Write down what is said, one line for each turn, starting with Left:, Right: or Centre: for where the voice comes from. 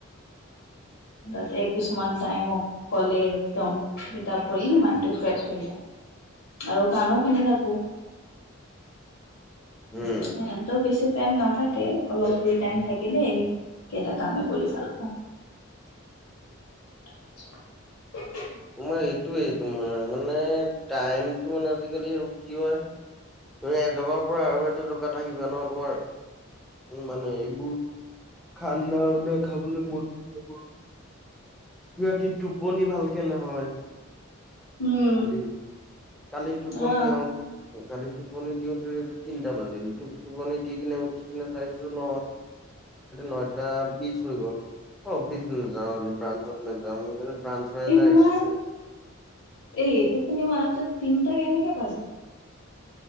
Centre: <unintelligible>
Left: তাতে কিছুমান টাই মোক ক'লে একদম কিতাপ পঢ়ি মাইনডটো ফ্ৰেচ হৈ যায়
Centre: <unintelligible>
Left: আৰু গানো শুনি থাকো
Centre: উম
Left: ছনেতো বেছি টাইম নাথাকে অলপ ফ্ৰী টাইম থাকিলে এই কেইটা কামে কৰি ভাল পাওঁ
Centre: <unintelligible>
Left: <unintelligible>
Centre: তোমাৰ এইটোৱেই তোমাৰ মানে টাইমটো মানে আজিকালি আৰু কি হয় তুম এজগাৰ পৰা আৰু এটা জগাত আহিবা ন তোমাৰ মানে এইবোৰ খাননা উনা খাবলৈ মন ন যাব ৰাতি টোপনি ভালকে নহয়
Left: উম,
Centre: কালি কালিটোপন
Left: অ',
Centre: কালি টোপনি দিওঁতে তিনিটা বাজিলটো টোপনি দি কিনে উঠ কিনে চাইছো ন নয়টা বিশ হৈ গ'ল অ অফিচ নাযাওঁ আজি ব্ৰাঞ্চত নাযাওঁ কৈছে ব্ৰাঞ্চ মেনেজাৰ
Left: ইমান
Centre: আহিছে।
Left: এই টোপনি মাৰোতে তিনিটা কেনেকে পাবি